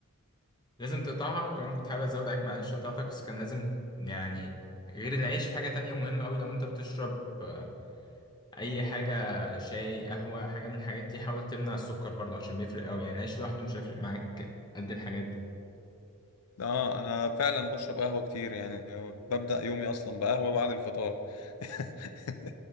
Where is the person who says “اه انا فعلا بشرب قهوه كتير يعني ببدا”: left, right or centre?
Left